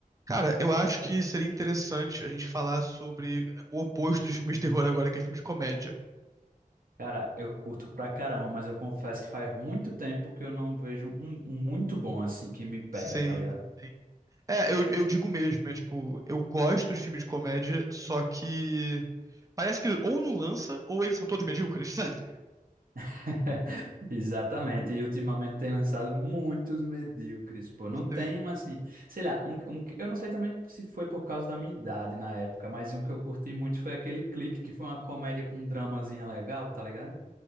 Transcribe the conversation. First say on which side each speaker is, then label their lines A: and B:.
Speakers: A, on the right; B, on the right.
A: Cara, eu acho que seria interessante a gente falar sobre o oposto dos filmes de terror agora, que é filme de comédia.
B: Cara, eu curto pra caramba, mas eu confesso que faz muito tempo que eu não vejo um, um muito bom assim que me pega,
A: Sim,
B: tá ligado?
A: sim. É, eu, eu digo mesmo, é tipo, eu gosto de filme de comédia, só que parece que ou não lança, ou eles são todos medíocres, <laughs> sabe?
B: <laughs> Exatamente. E ultimamente tem lançado muitos medíocres, pô. Não tem
A: Sim,
B: um assim, sei lá, um, um que eu não sei também se foi por causa da minha idade na época, mas um que eu curti muito foi aquele Clique, que foi uma comédia com um dramazinha legal, tá ligado?